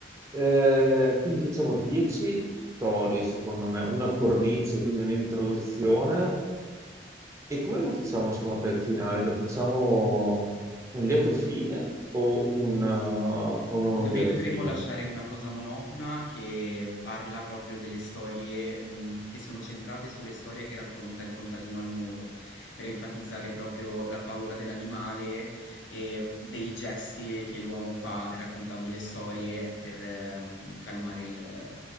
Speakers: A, on the right; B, on the left.
A: Eh, quindi facciamo 10 storie, secondo me, una cornice, quindi un'introduzione. E come lo facciamo secondo te il finale? Lo facciamo un lieto fine o, un, eh, o non
B: Secondo
A: un lieto
B: me dovremmo
A: fine?
B: lasciare una cosa monotona che parla proprio delle storie, mh, che sono centrate sulle storie che racconta il contadino al mulo, per enfatizzare proprio la paura dell'animale e dei gesti che l'uomo fa raccontando le storie per, ehm, calmare il,